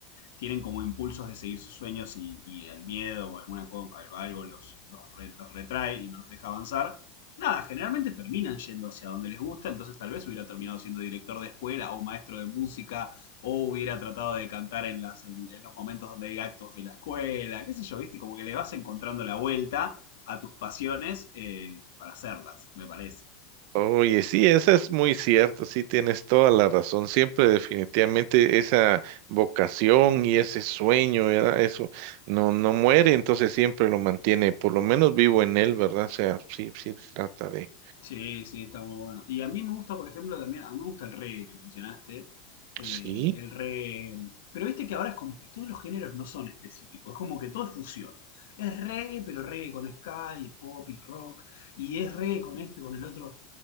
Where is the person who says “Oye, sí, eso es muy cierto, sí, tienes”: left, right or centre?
Right